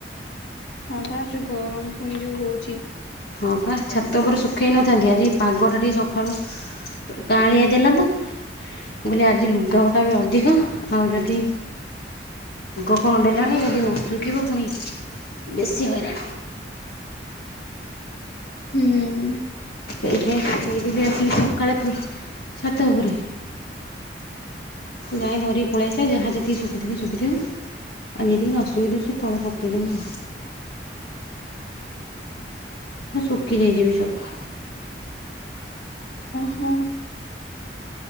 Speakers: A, on the left (about 85°); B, on the left (about 60°).
A: ହଁ ବା ଯୋଉ ଗରମ ପୁଣି ଯୋଉ ହଉଛି।
B: ହଁ ପା ଛାତ ଉପୁର ଶୁଖେଇ ନଥାନ୍ତି ଆଜି ପାଗଟା ଟିକିଏ ସକାଳୁ କାଁଳିୀଆ ଦେଲା ନା କହିଲି ଆଜି ଲୁଗାପଟା ବି ଅଧିକ ଆଉ ଯଦି ପାଗ କଣ ଦେଲାନି ଯଦି ନ ଶୁଖିବ ପୁଣି ବେଶୀ ହଇରାଣ।
A: ହୁଁ।
B: ଏଇ ଯାଇ ସୁକେଇଥିଲି ଆସିଚି ସକାଳେ ଛାତ ଉପରେ। ଯାଇ ଧରିିକି ପଳେଇ ଆସେ ଯାହା ଯେତିକି ଶୁଖିଥିବ ଶୁଖିଥିବ। ଆଉ ଯେତିକି ନ ଶୁଖିଯିବ ସେ ତଳେ ପକେଇଦେବି। ଶୁଖି ଯାଇଯିବି ସବୁ।
A: ହୁଁ।